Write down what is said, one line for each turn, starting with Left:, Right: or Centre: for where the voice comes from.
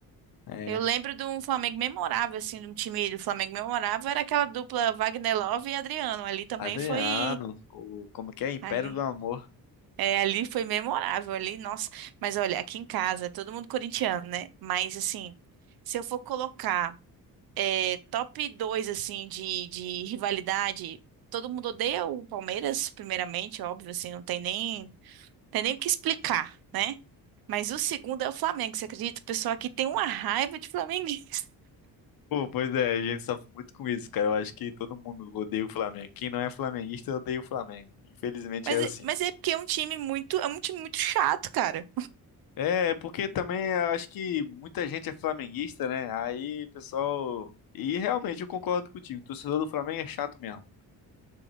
Left: É,
Right: Eu lembro de um Flamengo memorável, assim, de um time do Flamengo memorável, era aquela dupla Wagner Love e Adriano. Ali também
Left: Adriano,
Right: foi.
Left: o, como que é? Império
Right: Ali.
Left: do Amor.
Right: É, ali foi memorável, ali, nossa. Mas olha, aqui em casa, é todo mundo corintiano, né? Mas assim, se eu for colocar. É, top 2 assim, de, de rivalidade. Todo mundo odeia o Palmeiras, primeiramente, óbvio, assim, não tem nem, tem nem o que explicar, né? Mas o segundo é o Flamengo, você acredita? O pessoal aqui tem uma raiva de flamenguista.
Left: Pô, pois é, a gente sofre muito com isso, cara. Eu acho que todo mundo odeia o Flamengo. Quem não é flamenguista odeia o Flamengo. Infelizmente
Right: <laughs> Mas,
Left: é assim.
Right: é- mas é porque é um time muito, é um time muito chato, cara.
Left: É, é porque também eu acho que muita gente é flamenguista, né? Aí, pessoal. E realmente eu concordo contigo. O torcedor do Flamengo é chato mesmo.